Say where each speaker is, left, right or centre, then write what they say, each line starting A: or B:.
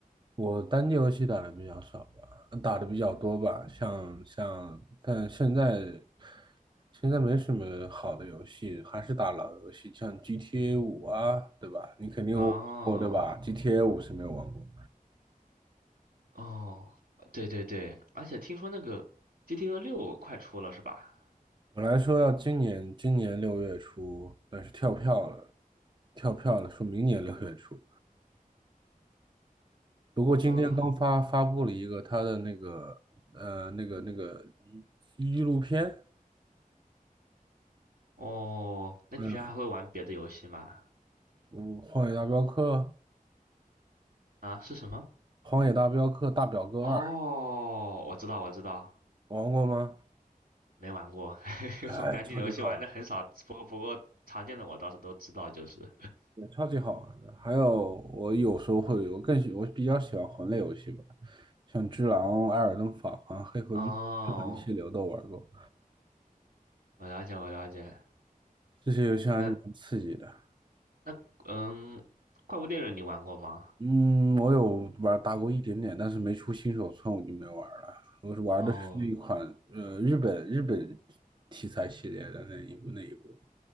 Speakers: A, on the right; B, on the right.
A: 我单机游戏打的比较少吧，打的比较多吧，像像，但现在现在没什么好的游戏，还是打老游戏，像 GTA 五啊，对吧？你肯定有玩过，
B: 哦
A: 对吧？GTA 五是没有玩过。
B: 哦，对对对，而且听说那个 GTA 六快出了是吧？
A: 本来说要今年今年六月初，但是跳票了，跳票了，说明年六月初。不过今天刚发发布了一个他的那个呃那个那个
B: 嗯，
A: 纪录片，
B: 哦，那你平常还会玩别的游戏吗？
A: 嗯，我荒野大镖客》
B: 啊，是什么？
A: 《荒野大镖客大表哥二》
B: 哦，我知道，我知道，
A: 玩过吗？
B: 没玩过。
A: 哎，
B: <laughs> 我单机游戏玩的很少，
A: 超级好玩。
B: 不过不过常见的我倒是都知道，就是。
A: 也超级好玩的。还有，我有时候会，我更喜，我比较喜欢魂类游戏吧，像《只狼》《艾尔登法环》《黑魂》《黑魂七六》都玩过，
B: 哦，我了解，我了解。
A: 这些游戏还是蛮刺激的。
B: 那那嗯，怪物猎人你玩过吗？
A: 嗯，我有玩打过一点点，但是没出新手村我就没玩了。我是玩的是那一款呃日本日本
B: 哦
A: 题材系列的那一部那一部。